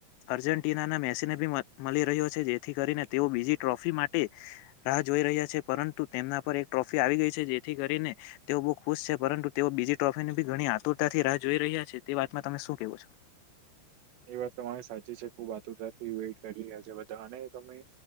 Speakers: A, on the left (about 80°); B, on the right (about 70°).
A: અર્જેન્ટિનાના મેસીને બી મ મલી રહ્યો છે જેથી કરીને તેઓ બીજી ટ્રોફી માટે રાહ જોઈ રહ્યા છે પરંતુ તેમના પર એક ટ્રોફી આવી ગઈ છે જેથી કરીને તેઓ બો ખુશ છે પરંતુ તેઓ બીજી ટ્રો ટ્રોફીની બી ઘણી આતુરતાથી રાહ જોઈ રહ્યા છે તે વાતમાં તમે શું કેવો છો?
B: એ વાત તમારી સાચી છે. ખુબ આતુરતાથી વેટ કરી રહ્યા છે બધા અને તમે